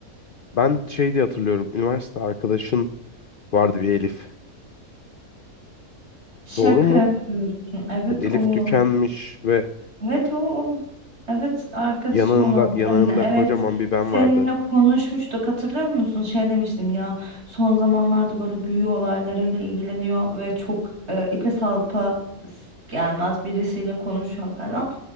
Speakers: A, on the left; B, on the right.
A: ben şey diye hatırlıyorum. Üniversite arkadaşın vardı bir Elif.
B: Şaka
A: Doğru mu?
B: yapıyorsun. Evet
A: Yani Elif
B: o.
A: tükenmiş ve
B: Evet o. o. Evet arkadaşım
A: yanağında
B: olan
A: yanağında
B: seninle.
A: kocaman
B: Evet
A: bir ben
B: seninle
A: vardı.
B: konuşmuştuk hatırlıyor musun? Şey demiştim ya son zamanlarda böyle büyü olaylarıyla ilgileniyor ve çok e, ipe salpa s- gelmez birisiyle konuşuyor falan.